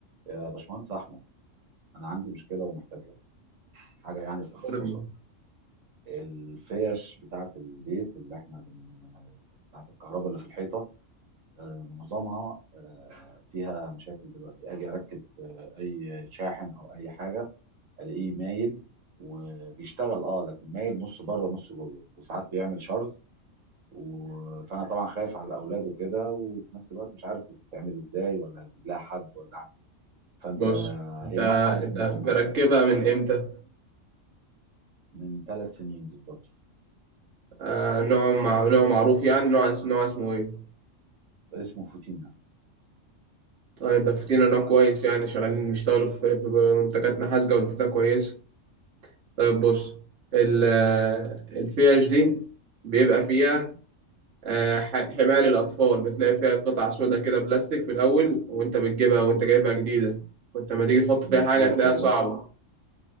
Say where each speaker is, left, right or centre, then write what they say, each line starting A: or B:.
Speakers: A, on the right; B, on the right.
A: يا باشمهندس احمد انا عندي مشكله ومحتاج لك حاجه يعني في تخصصك
B: قرني
A: الفيش بتاعه البيت اللي احنا بن... بتاعه الكهرباء اللي في الحيطه آه، معظمها آه، فيها مشاكل دلوقتي اجي اركب اي شاحن او اي حاجه الاقيه مايل وبيشتغل اه لكن مايل نص بره ونص جوه وساعات بيعمل شرز و... فانا طبعا خايف على الاولاد وكده وفي نفس الوقت مش عارف بتتعمل ازاي ولا اجيب لها حد ولا اعمل ايه فانت
B: بص انت
A: هي نوعها اسمه
B: انت مركبها من امتى
A: من ثلاث سنين بالظبط
B: آه نوع مع... نوع معروف يعني نوع اسم... نوع اسمه ايه
A: اسمه فوتينا
B: طيب ده فوتينا نوع كويس يعني شغالين بيشتغلوا في ب- ب- منتجات نحاس جودتها كويسة طيب بص ال... آه، الفيش دي بيبقى فيها آه، ح- حماية للأطفال بتلاقي فيها قطعة سودا كده بلاستيك في الأول وأنت بتجيبها وأنت جايبها جديدة وأنت لما تيجي تحط
A: مظبوط
B: فيها حاجة هتلاقيها
A: مظبوط
B: صعبة